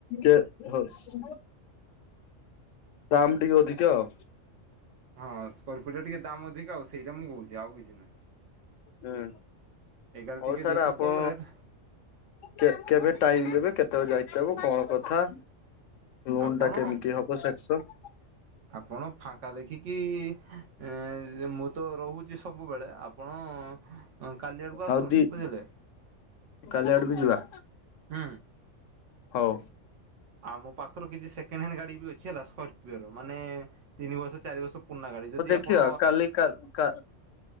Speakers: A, on the left; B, on the right.
A: କେ ହସ ଦାମ ଟିକେ ଅଧିକା ଆଉ।
B: ହଁ ସ୍କୋର୍ପିଓ ଟା ଟିକେ ଦାମ ଅଧିକ ଆଉ ସେଇଟା ମୁଁ କହୁଛି ଆଉ କିଛି ନାଇଁ।
A: ହୁଁ
B: ଏଗାର
A: ହଉ
B: ଟିକେ
A: ସାର୍
B: ଯେହେତୁ
A: ଆପଣ
B: କମ୍ ରେଟ୍
A: କେ-କେବେ ଟାଇମ ଦେବେ କେତେବେଳେ ଯାଇକି ତାକୁ କଣ କଥା? ଲୋନ୍
B: ଆପଣ
A: ଟା କେମିତି ହବ ସେକ୍ସନ?
B: ଆପଣ ଫାଙ୍କା ଦେଖିକି ଏ ମୁଁ ତ ରହୁ ସବୁବେଳେ ଆପଣ କାଲି ଆଡକୁ ଆସୁନ
A: ଆଉ ଦି
B: ବୁଝିଲେ।
A: କାଲି ଆଡକୁ ଯିବା।
B: ହୁଁ।
A: ହଉ।
B: ଆମ ପାଖରୁ କିଛି ସେକେଣ୍ଡ ହ୍ୟାଣ୍ଡ ଗାଡି ବି ଅଛି ହେଲା ସ୍କର୍ପିଓର ମାନେ ତିନି ବର୍ଷ ଚାରି ବର୍ଷ ପୁରୁଣା ଗାଡ଼ି ଯଦି
A: ହଉ ଦେଖିବା
B: ଆପଣ
A: କାଲି କା କା